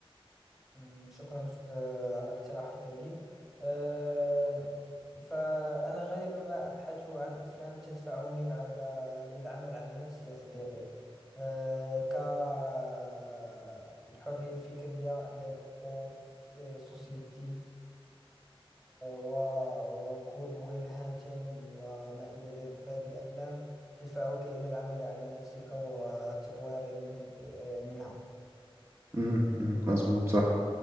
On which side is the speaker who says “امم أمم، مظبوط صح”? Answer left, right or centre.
Right